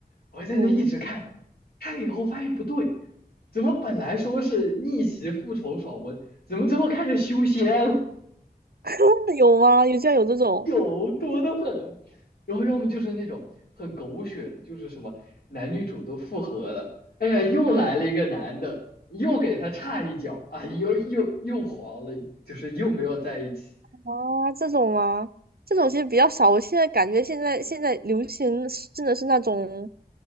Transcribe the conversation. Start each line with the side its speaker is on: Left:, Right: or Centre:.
Left: 我在那一直看，
Right: 嗯，
Left: 看了以后发现不对，怎么本来说是逆袭复仇爽文，怎么最后开始修仙了？
Right: 真的有吗？有这样有这种，
Left: <laughs> 有多的很，然后要么就是那种很狗血的，就是什么男女主都复合了，哎呀，又来了一个男的，
Right: 嗯。
Left: 又给他插一脚，啊，又又又黄了，就是又没有在一起。
Right: 啊，这种吗？这种其实比较少。我现在感觉现在现在流行是真的是那种，